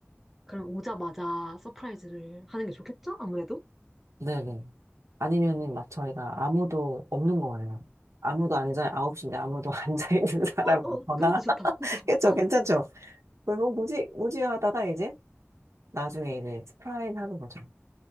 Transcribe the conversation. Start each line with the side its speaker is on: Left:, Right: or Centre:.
Centre: 그럼 오자마자 서프라이즈를 하는 게 좋겠죠? 아무래도?
Right: 네네. 아니면은 막 저희가 아무도 없는 거예요. 아무도 앉아, 아홉 시인데 아무도 <laughs> 앉아있는 사람이
Centre: 어, 어.
Right: 없거나.
Centre: 그것도 좋다.
Right: <laughs>
Centre: 그것도 좋다.
Right: 그쵸, 괜찮죠? 그래서 뭐지, 뭐지 하다가 이제 나중에 이제 스프라인 하는 거죠.